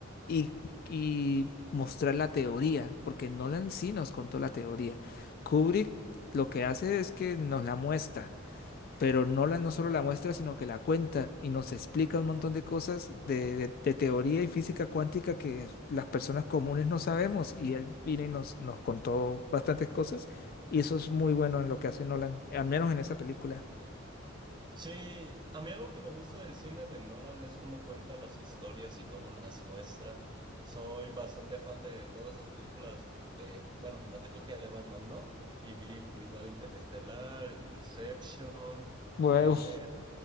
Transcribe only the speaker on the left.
y, y mostrar la teoría, porque Nolan sí nos contó la teoría. Kubrick lo que hace es que nos la muestra. Pero Nolan no solo la muestra, sino que la cuenta y nos explica un montón de cosas de, de- de teoría y física cuántica que las personas comunes no sabemos. Y él vino y nos, nos contó bastantes cosas. Y eso es muy bueno en lo que hace Nolan, al menos en esa película.
Bueno,
uf,